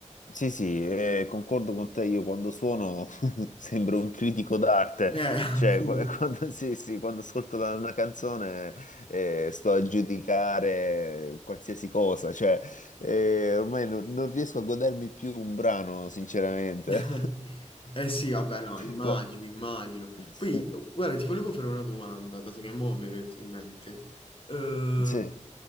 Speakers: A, on the left; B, on the left.
A: Sì, sì, eh,
B: Quindi-
A: concordo con te, io quando suono <laughs> sembro un critico d'arte,
B: Eh, <laughs>
A: cioè
B: appunto.
A: qu- <laughs> quando, sì, sì, quando ascolto la- una canzone eh, sto a giudicare qualsiasi cosa, cioè eh, ormai non, non riesco a godermi più un brano, sinceramente.
B: <laughs> Eh sì, vabbè, no, immagino,
A: <laughs> Qua-
B: immagino.
A: Sì.
B: Poi, guarda, ti volevo fare una domanda, dato che mo' mi è venuto in mente. Ehm,
A: sì.